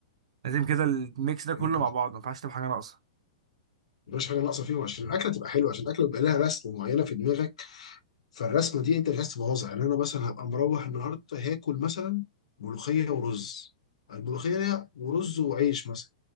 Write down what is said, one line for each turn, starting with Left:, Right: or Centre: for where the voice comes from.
Right: لازم كده الميكس ده كله
Left: حلو كده
Right: مع بعض ما ينفعش تبقى حاجه ناقصه
Left: مفيش حاجه ناقصه فيهم عشان الاكله تبقى حلوه عشان الاكله بيبقى لها رسمه معينه في دماغك فالرسمه دي انت مش عايز تبوظها يعني انا مثلا هبقى مروح النهارده هاكل مثلا ملوخيه ورز الملوخيه ورز وعيش مثلا